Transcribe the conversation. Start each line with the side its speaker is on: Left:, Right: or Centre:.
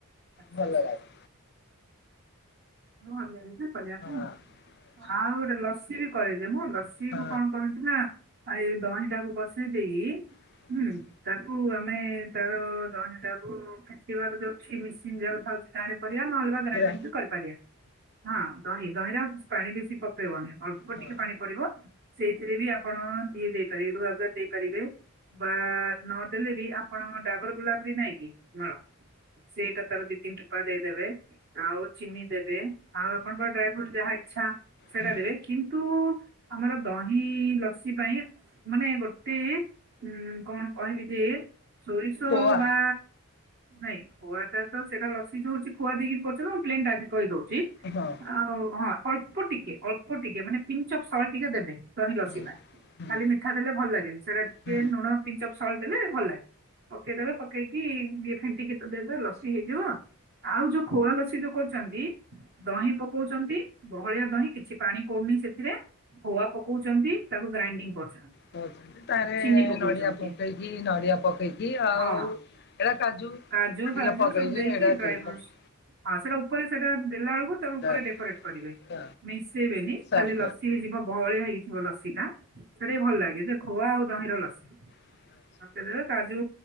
Right: ଆଚ୍ଛା
Left: ଭଲ
Right: ଆଚ୍ଛା
Left: ଲାଗେ।
Right: ଆଚ୍ଛା। ଭଲ ଲାଗୁଛି କରିବା
Left: ହଁ
Right: ପାଇଁ ଆଉ,
Left: ଆଚ୍ଛା
Right: ଆଉ ଗୋଟେ ଲସି ବି କରି ଯେ ମୁଁ ଲସି
Left: ହଁ।
Right: କୁ କଣ କରନ୍ତି ନା ଏଇ ଦହିଟାକୁ ବସେଇ ଦେଇ
Left: ଆଚ୍ଛା
Right: ହୁଁ ତାକୁ ଆମେ ତାର ଦହି ଟାକୁ ଫେଟିବାର ଯଉ <unintelligible> <inaudible> ନହେଲେ ଗ୍ରାଇଡିଙ୍ଗ
Left: ଗ୍ରା
Right: ବି କରିପାରିବା ହଁ ହି ଗହିରେ ଆଉ କିଛି ପାଣି ବେଶୀ ପକେଇବନି। ଅଳ୍ପ
Left: ହଁ
Right: ଟିକେ ପାଣି ପଡିବ ସେଇଥିରେ ବି ଆପଣ ଇଏ ଦିଏ ଦେଇପାରିବେ ରୁଆବଜା ଦେଇପାରିବେ। ବା ନଦେଲେ ବି ଆପଣଙ୍କ ଡାବର ଗୋଲାପବରି ନାଇଁ କି ହଁ ସେଇଟା ତଆର ଦିିତତିିନିପାଦେ ଦେବେ ଆଉଉ ଚିମି ଦେ ଆଉ ଆପଣଙ୍କର ଡ୍ରାଇ ଫ୍ରୁଟସ୍ ଯାହା ଇଛା ସେଇଟା
Left: ହୁଁ
Right: ଦେବେ କିନ୍ତୁ ଆମର ଦହି- ଇ - ଇ ଲସି ପାଇଁ ମାନେ ଗୋଟେ ଉ କଣ କହିବି ଯେ ସୋରିଷ
Left: ଖୋଆ
Right: ବା ନାଇଁ ଖୁଆଟା ତ ସେଇଟା ଲସି ଯୋଉ ହଉଛି ଖୁଆ ଦେଇକି କରୁଛ ନା ପ୍ଲେନଟା ଆଗେ କରିଦଉ ଜି
Left: ହଁ
Right: ଆଉ ହଁ ଅ ଅଳ୍ପ ଟିକେ, ଅଳ୍ପ ଟିକେ ମାନେ ପିଞ୍ଚ ଅଫ ସଲ୍ଟ ଟିକେ ଦେବେ ଦହି ଲସି
Left: ହୁଁ
Right: ଟା
Left: ହୁଁ
Right: ଖାଲି ମିଠା ଦେଲେ ଭଲ ଲାଗେନି ସେଇଟା ଟିକେ
Left: ହୁଁ
Right: ଲୁଣ ପିଂଚ ଅଫ ସଲ୍ଟ ଦେଲେ ଭଲ ଲାଗେ। ପକେଇଦେବେ ପକେଇକି ଇଏ ଫେଣ୍ଟିକି ଦେଇଦବେ ଲସି ହେଇଯିବ। ଆଉ ଯଉ ପାଇଁ ଖୁଆ ଲସି ଯୋଉ କରୁଛନ୍ତି। ଦହି ପକଉଛନ୍ତି ବହଳିଆ ଦହି କିଛି ପାଣି ପଡୁନି ସେଥିରେ। ଖୁଆ ପକଉଛନ୍ତି ତାକୁ ଗ୍ରାଇଣ୍ଡିଙ୍ଗ କରୁଛନ୍ତି।
Left: ହଉଛନ୍ତି ତାରେ
Right: ଚିନି ପକଉଛନ୍ତି।
Left: ନଡିଆ ପକେଇକି ନଡିଆ ପକେଇକି ଆଉ
Right: ହଁ
Left: ଏଇଟା କାଜୁ
Right: କାଜୁ
Left: ଟିକେ
Right: ଫାଜୁ
Left: ପକେଇକି
Right: ସବୁ ଦେଇକି
Left: ଏଇଟା
Right: ଡ୍ରାଇ
Left: ଟିକେ
Right: ଫ୍ରୁଟସ୍
Left: ପକେଇ
Right: ହଁ ସେଟା ଉପ ଉପରେ ସେଟା ଦେଲା ବେଳକୁ ତା ଉପରେ
Left: ଦ
Right: ଡେକୋରେଟ କରିବେ
Left: ଦ
Right: ମିକ୍ସ <unintelligible>
Left: ସର୍ଫ
Right: ଖାଲି ଲସି ହେଇଯିବ ବହଳିଆ ହେଇ ଗ ଲସି ଟା ସେଟା ବି ଭଲ ଲାଗେ ଯେ ଖୁଆ ଆଉ ଦହିର ଲସି।
Left: କରିଦବ।
Right: ପାକେଇଦେବେ କାଜୁ